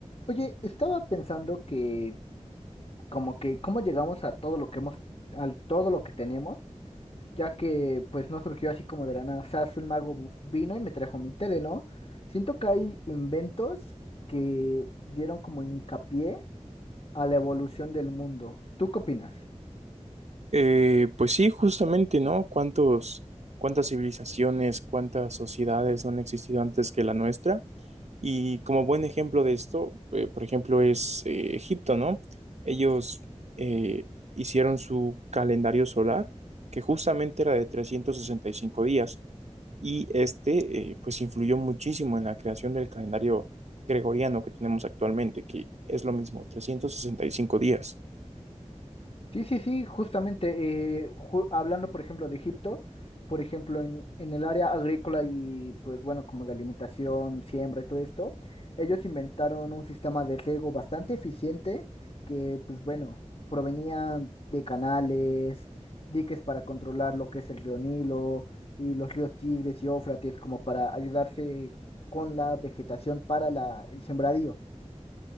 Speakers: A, on the left; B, on the right.
A: Oye, estaba pensando que como que cómo llegamos a todo lo que hemos, a todo lo que tenemos, ya que pues no surgió así como de la nada. O sea, un mago buf- vino y me trajo mi tele, ¿no? Siento que hay inventos que dieron como hincapié a la evolución del mundo. ¿Tú qué opinas?
B: Eh, pues sí, justamente, ¿no? ¿Cuántos, cuántas civilizaciones, cuántas sociedades no han existido antes que la nuestra? Y como buen ejemplo de esto, eh, por ejemplo, es eh, Egipto, ¿no? Ellos eh, hicieron su calendario solar, que justamente era de 365 días, y este, eh, pues, influyó muchísimo en la creación del calendario gregoriano que tenemos actualmente, que es lo mismo, 365 días.
A: Sí, sí, sí, justamente, eh, ju- hablando por ejemplo de Egipto, por ejemplo en, en el área agrícola y pues bueno, como de alimentación, siembra y todo esto, ellos inventaron un sistema de riego bastante eficiente que pues bueno, provenía de canales, diques para controlar lo que es el río Nilo y los ríos Tigres y Éufrates como para ayudarse con la vegetación para la, el sembradío.